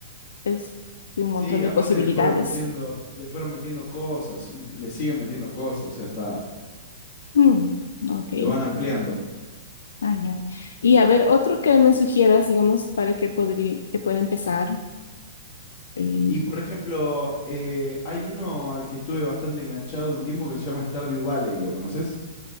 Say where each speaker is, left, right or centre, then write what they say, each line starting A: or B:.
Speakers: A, on the left (about 70°); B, on the left (about 25°).
A: Es y un
B: Sí,
A: montón de
B: aparte
A: posibilidades.
B: le fueron metiendo, le fueron metiendo cosas, un- le siguen metiendo cosas, o sea, está,
A: Mm, ok.
B: lo van ampliando.
A: Ah, ya. Y a ver, otro que me sugieras, digamos, para que podría, que pueda empezar. eh,
B: Y por ejemplo, eh, hay uno al que estuve bastante enganchado un tiempo que se llama Stardew Valley, ¿lo conoces?